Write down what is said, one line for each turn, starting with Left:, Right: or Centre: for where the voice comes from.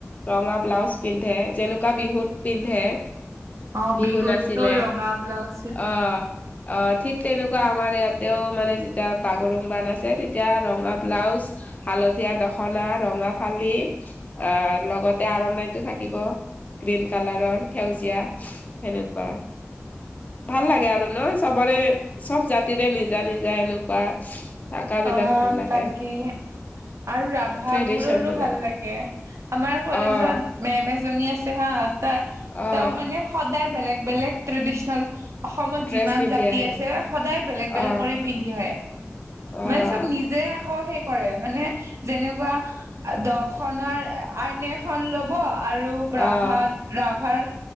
Left: ৰঙা। ব্লাউজ পিন্ধে যেনেকুৱা বিহুত পিন্ধে।
Right: অ
Left: বিহু
Right: বিহুততো
Left: নাছিলে
Right: ৰঙা ব্লাউজ
Left: অহ। অ ঠিক তেনেকুৱা আমাৰ ইয়াতেও মানে যেতিয়া বাগৰুংবা আছে তেতিয়া ৰঙা ব্লাউজ। হালধীয়া দখনা ৰঙা ফালি আহ লগতে আৰণাইতটো থাকিব। গ্ৰীণ কালাৰৰ সেউজীয়া সেনেকুৱা ভাল লাগে আৰু। ন চবৰে চব জাতিৰে নিজা নিজা এনেকুৱা। থাকা বিলাক
Right: অ
Left: ভাল লাগে।
Right: তাকে। আৰু ৰাভবোৰৰো
Left: ট্ৰেডিচন বিলাক
Right: ভাল লাগে আমাৰ কলেজত
Left: অ'।
Right: মেম এজনী আছে হা। তেওঁ
Left: অ',
Right: মানে সদায় বেলেগ বেলেগ ট্ৰেডিস্বনেল। অসমত
Left: ড্ৰেছ
Right: যিমান
Left: পিন্ধি
Right: জাতি
Left: আহে
Right: আছে
Left: নেকি?
Right: সদায় বেলেগ
Left: অ',
Right: বেলেগ কৰি পিন্ধি আহে।
Left: অ',
Right: মানে চব নিজে আকৌ সেই। কৰে মানে যেনেকুৱা দ আ নখন ল'ব আৰু। আৰু
Left: অ',
Right: ৰাভা ৰাভাৰ